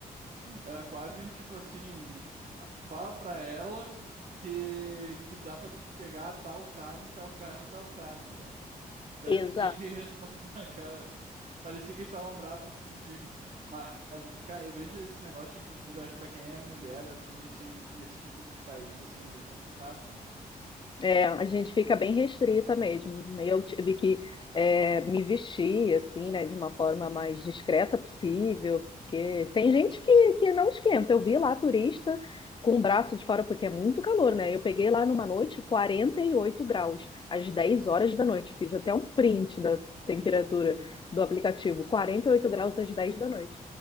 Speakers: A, on the right; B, on the left.
A: Era quase um tipo assim, ah, fala pra ela que que dá pra tu pegar tal carne, tal carne, tal carne, né? Daí
B: Exato.
A: tu tinha que responder, <laughs> cara, né? Parecia que eles estavam bravos contigo. Mas, cara, eu vejo esse negócio de cultura, eu acho que pra quem é mulher, assim, esses, esses tipos de países, assim, é bem complicado, né?
B: É, a gente fica bem restrita mesmo. né? Eu tive que é, me vestir assim, né, de uma forma mais discreta possível, porque tem gente que, que não esquenta. Eu vi lá turista com o braço de fora, porque é muito calor, né? Eu peguei lá numa noite 48 graus, às 10 horas da noite. Fiz até um print da temperatura
A: <laughs>
B: do aplicativo, 48
A: Meu,
B: graus às 10 da noite.